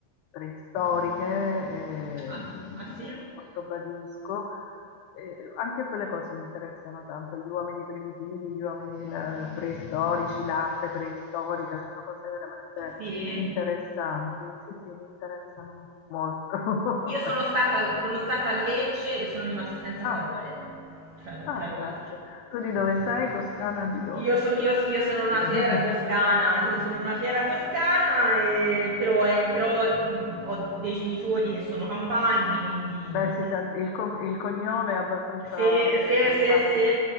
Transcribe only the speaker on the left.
preistoriche ehm,
a Portobadisco. Eh, anche quelle cose mi interessano tanto, gli uomini primitivi, gli uomini la- preistorici, l'arte preistorica, sono cose veramente
interessanti. Sì, sì, mi interessano molto.
<laughs>
Ah.
Ah,
grazie. Tu di dove sei? Toscana di dove?
<laughs>
Beh, si sente- il, com- il cognome è abbastanza
sì,
campano.